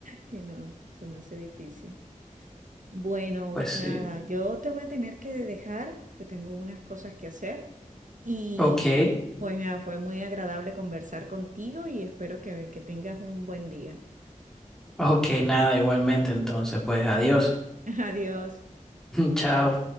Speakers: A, on the right; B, in the centre.
A: que no, se me hace difícil. Bueno,
B: pues sí.
A: nada, yo te voy a tener que dejar, pues tengo unas cosas que hacer y
B: Ok,
A: pues nada, fue muy agradable conversar contigo y espero que, que tengas un buen día.
B: Ok, nada, igualmente entonces, pues adiós.
A: <laughs> Adiós.
B: <laughs> Chao.